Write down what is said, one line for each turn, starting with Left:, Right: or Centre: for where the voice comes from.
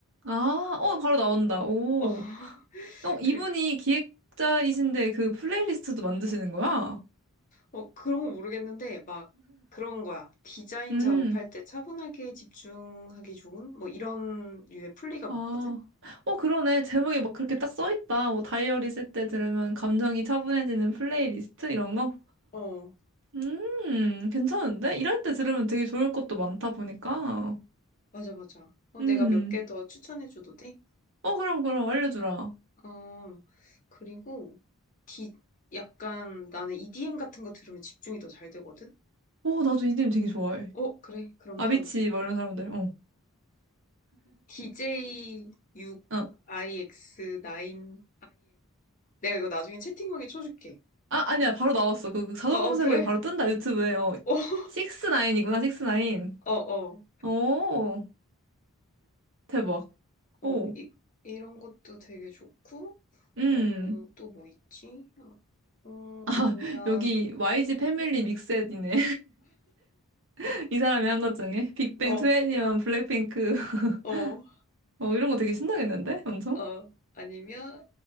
Right: 아, 어, 바로 나온다. 오.
Left: 어, <laughs>
Right: 어, 이분이
Left: 그,
Right: 기획자이신데 그 플레이리스트도 만드시는 거야?
Left: 어 그런 거 모르겠는데 막 그런 거야 디자인
Right: 음,
Left: 작업할 때 차분하게 집중하기 좋은 뭐 이런 류의 플리가 많거든
Right: 아. 어, 그러네. 제목이 막 그렇게 딱 써있다. 뭐, 다이어리 쓸 때 들으면 감정이 차분해지는 플레이리스트? 이런 거?
Left: 어
Right: 음, 괜찮은데? 일할 때 들으면 되게 좋을 것도 많다 보니까.
Left: 맞아 맞아 어,
Right: 음.
Left: 내가 몇 개 더 추천해줘도 돼?
Right: 어, 그럼, 그럼, 알려주라.
Left: 아, 그리고 디, 약간 나는 EDM 같은 거 들으면 집중이 더 잘 되거든?
Right: 어, 나도 이님 되게 좋아해.
Left: 어, 그래. 그러면
Right: 아비치,
Left: 이,
Right: 막 이런 사람들. 어.
Left: DJ6IX9INE?
Right: 어.
Left: 내가 이거 나중에 채팅방에 쳐줄게.
Right: 아, 아니야. 바로 나왔어. 그, 그 자동
Left: 어,
Right: 검색어에
Left: 어, 그래.
Right: 바로 뜬다. 유튜브에. 어.
Left: 어, <laughs>
Right: 나인이구나 식스나인
Left: 어, 어.
Right: 오, 대박.
Left: 어,
Right: 오,
Left: 이, 이런 것도 되게 좋고,
Right: 음.
Left: 어, 또 뭐 있지? 어, 어,
Right: 아,
Left: 아니면,
Right: <laughs> 여기 YG 패밀리 믹셋이네. <laughs> 이 사람이 한 것 중에. 빅뱅,
Left: 어,
Right: 투애니원, 블랙핑크. <laughs>
Left: 어,
Right: 어, 이런 거 되게 신나겠는데? 엄청?
Left: 어, 아니면,